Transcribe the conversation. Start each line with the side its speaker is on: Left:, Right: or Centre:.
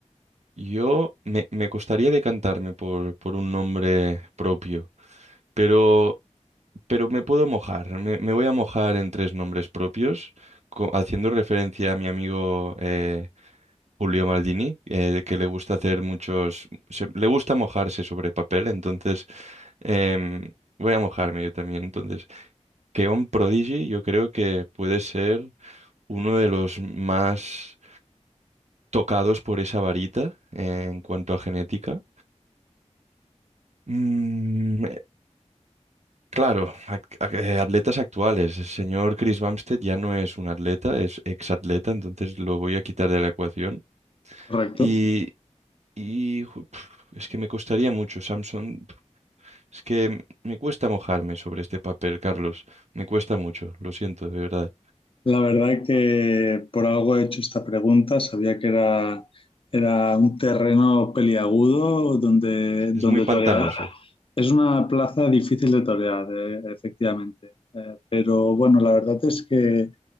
Right: yo me, me costaría decantarme por, por un nombre propio, pero pero me puedo mojar. Me, me voy a mojar en tres nombres propios, co- haciendo referencia a mi amigo eh, Julio Maldini, eh, que le gusta hacer muchos, se- le gusta mojarse sobre papel, entonces em, voy a mojarme yo también. Entonces, Keon Prodigy yo creo que puede ser uno de los más tocados por esa varita eh, en cuanto a genética. Mm, Claro, ac- ac- eh, atletas actuales. El señor Chris Bumstead ya no es un atleta, es exatleta, entonces lo voy a quitar de la ecuación.
Left: ¿correcto?
Right: Y, y ju- pf, es que me costaría mucho, Samson. pf, Es que me cuesta mojarme sobre este papel, Carlos. Me cuesta mucho, lo siento, de verdad.
Left: La verdad que por algo he hecho esta pregunta, sabía que era, era un terreno peliagudo donde, donde
Right: Es muy pantanoso.
Left: torear. Es una plaza difícil de torear, eh, efectivamente. Eh, pero bueno, la verdad es que